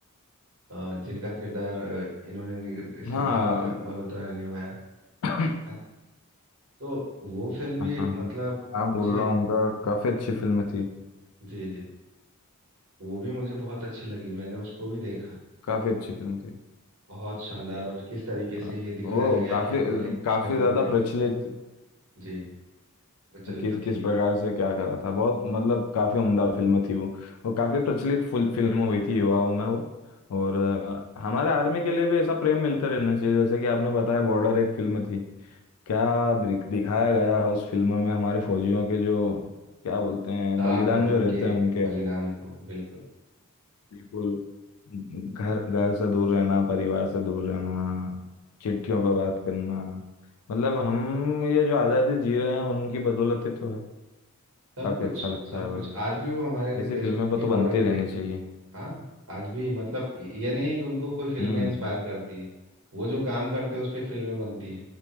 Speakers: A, on the right (about 60°); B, on the left (about 80°).
A: अ, जिनका किरदार अ, इन्होंने नि- सिद्धार्थ
B: हम्म। हाँ
A: मल्होत्रा ने निभाया
B: <coughs> हाँ
A: है ना तो वो फिल्म भी
B: हाँ
A: मतलब
B: हाँ,
A: मुझे
B: बोल रहा हूँ उनका काफी अच्छी फिल्म थी
A: जी जी वो भी मुझे बहुत अच्छी लगी मैंने उसको भी देखा
B: काफी अच्छी
A: ठीक
B: फिल्म थी
A: बहुत शानदार और किस तरीके
B: अ,
A: से ये दिखाया
B: वो
A: गया
B: काफी
A: कि हमारे
B: काफी
A: जवान
B: ज्यादा
A: ने
B: प्रचलित
A: जी प्रचलित
B: किस
A: तो थी
B: किस प्रकार से क्या करा था बहुत मतलब काफी उम्दा फिल्म थी वो वो काफी प्रचलित फुल फिल्म हुई थी युवाओं में वो और अ, हमारे आर्मी के लिए भी ऐसा प्रेम मिलता रहना चाहिए जैसे कि आपने बताया बॉर्डर एक फिल्म थी क्या दि- दिखाया गया उस फिल्म में हमारे फौजियों के जो क्या बोलते हैं
A: शाह
B: बलिदान
A: को और
B: जो
A: उनके
B: रहते हैं उनके
A: बलिदान को बिल्कुल
B: बिल्कुल घर घर से दूर रहना परिवार से दूर रहना चिट्ठियों पर बात करना मतलब हम ये जो आज़ादी जी रहे हैं उनकी बदौलत ही तो है
A: सब
B: काफी
A: कुछ
B: अच्छा लगता
A: सब
B: है भाई
A: कुछ आज भी वो हमारे लिए
B: ऐसी
A: देश
B: फिल्में पर
A: के
B: तो
A: बॉर्डर
B: बनती रहनी
A: पे
B: चाहिए
A: हाँ आज भी मतलब ये नहीं है कि उनको कोई फिल्में
B: हम्म
A: इंस्पायर करती है वो जो काम करते हैं उस पे फिल्में बनती है